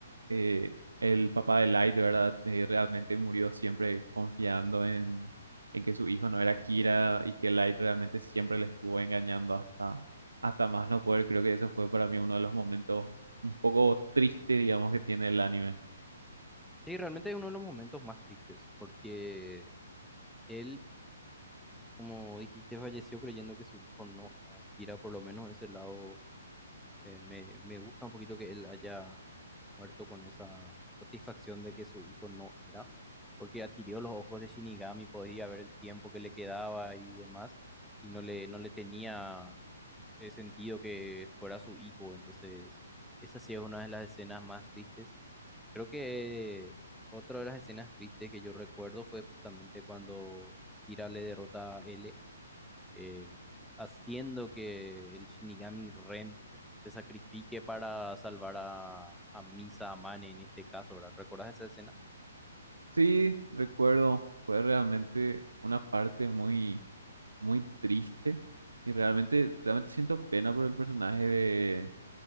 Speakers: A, on the right; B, in the centre.
A: eh, el papá de Light, de verdad, eh, realmente murió siempre confiando en, en que su hijo no era Kira y que Light realmente siempre le estuvo engañando hasta, hasta más no poder. Creo que eso fue para mí uno de los momentos un poco tristes, digamos, que tiene el anime.
B: Sí, realmente es uno de los momentos más tristes porque él, como dijiste, falleció creyendo que su hijo no era Kira, por lo menos ese lado eh, me, me gusta un poquito que él haya muerto con esa satisfacción de que su hijo no era, porque adquirió los ojos de Shinigami, podía ver el tiempo que le quedaba y demás, y no le, no le tenía eh, sentido que fuera su hijo. Entonces, esa sí es una de las escenas más tristes. Creo que otra de las escenas tristes que yo recuerdo fue justamente cuando Kira le derrota a L eh, haciendo que el Shinigami Ren se sacrifique para salvar a, a Misa Amane en este caso, ¿verdad? ¿Recuerdas esa escena?
A: Sí, recuerdo, fue realmente una parte muy, muy triste y realmente, realmente siento pena por el personaje de,